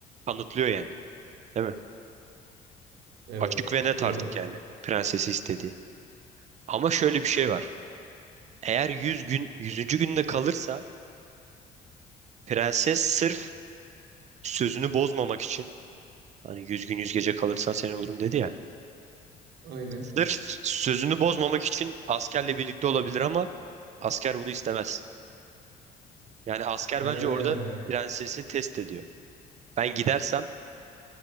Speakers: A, on the right (about 45°); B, on the right (about 80°).
A: kanıtlıyor yani. Değil mi?
B: Evet.
A: Açık ve net
B: Doğru.
A: artık yani prensesi istediği. Ama şöyle bir şey var. Eğer 100 gün 100. günde kalırsa prenses sırf sözünü bozmamak için hani 100 gün 100 gece kalırsan seni olurum dedi ya.
B: Aynen.
A: Sırf sözünü bozmamak için askerle birlikte olabilir ama asker bunu istemez. Yani asker
B: He.
A: bence orada prensesi test ediyor. Ben gidersem